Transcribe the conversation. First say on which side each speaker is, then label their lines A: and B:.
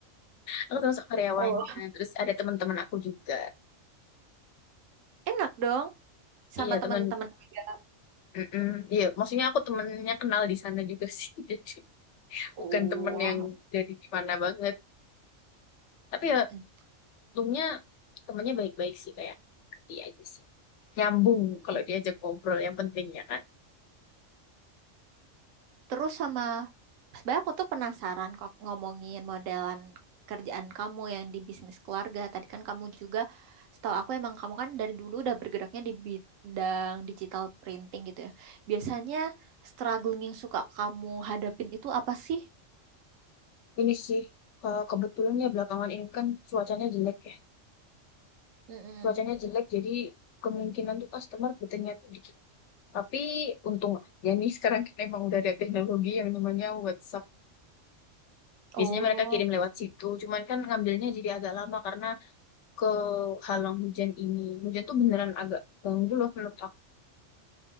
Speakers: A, on the left (about 70°); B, on the right (about 85°).
A: aku termasuk karyawannya
B: Oh.
A: terus ada teman-teman aku juga
B: Enak dong, sama
A: iya
B: teman-teman
A: teman
B: juga.
A: mm iya maksudnya aku temennya kenal di sana juga <laughs> sih jadi
B: Oh.
A: bukan temen yang dari gimana banget tapi
B: Mm-mm.
A: ya untungnya temennya baik-baik sih kayak iya aja sih nyambung kalau
B: Oh.
A: diajak ngobrol yang penting ya kan
B: Terus sama sebenarnya aku tuh penasaran kok ngomongin modelan kerjaan kamu yang di bisnis keluarga. Tadi kan kamu juga setahu aku emang kamu kan dari dulu udah bergeraknya di bidang digital printing gitu ya. Biasanya struggling yang suka kamu hadapin itu apa sih?
A: Ini sih, eh, kebetulan ya belakangan ini kan cuacanya jelek ya.
B: Mm-mm.
A: Cuacanya jelek jadi kemungkinan tuh customer betulnya tuh dikit. Tapi untung ya nih <laughs> sekarang kan emang udah ada teknologi yang namanya WhatsApp.
B: Oh,
A: Biasanya mereka kirim lewat situ, cuman kan ngambilnya jadi agak lama karena kehalang hujan ini. Hujan tuh beneran agak ganggu loh menurut aku.